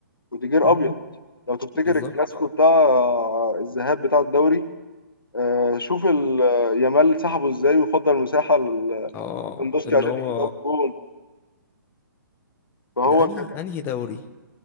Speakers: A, on the left (about 85°); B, on the left (about 20°).
A: روديجير
B: أوي
A: ابيض لو تفتكر
B: بالظبط
A: الكلاسيكو بتاع الذهاب بتاع الدوري آه، شوف ال- يامال سحبه ازاي وفضل مساحه
B: اه
A: للبندوسكي
B: اللي
A: عشان
B: هو
A: يجيب اول جون فهو
B: ده انهي
A: كان
B: انهي دوري